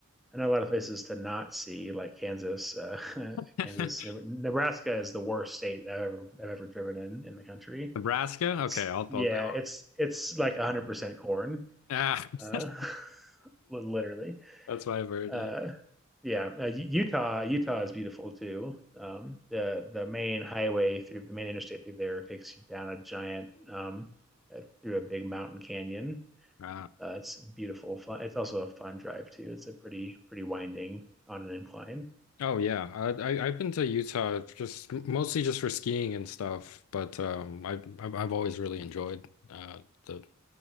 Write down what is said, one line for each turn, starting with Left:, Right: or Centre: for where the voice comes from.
Centre: I know a lot of places to not see, like Kansas. Uh, <laughs>
Left: <laughs>
Centre: Kansas, Neb- Nebraska is the worst state I've ever I've ever driven in in the country.
Left: Nebraska?
Centre: It's
Left: Okay, I'll,
Centre: yeah,
Left: I'll, I'll
Centre: it's it's like 100% corn,
Left: ah.
Centre: uh,
Left: <laughs>
Centre: <laughs> literally
Left: That's why I've heard
Centre: uh,
Left: it.
Centre: yeah, uh, Utah, Utah is beautiful too. Um, the the main highway through the main interstate through there takes you down a giant um, uh, through a big mountain canyon.
Left: Ah.
Centre: Uh, it's beautiful. Fun. It's also a fun drive too. It's a pretty pretty winding on an incline.
Left: Oh yeah, I, I I've been to Utah just mostly just for skiing and stuff, but um, I I've I've always really enjoyed uh the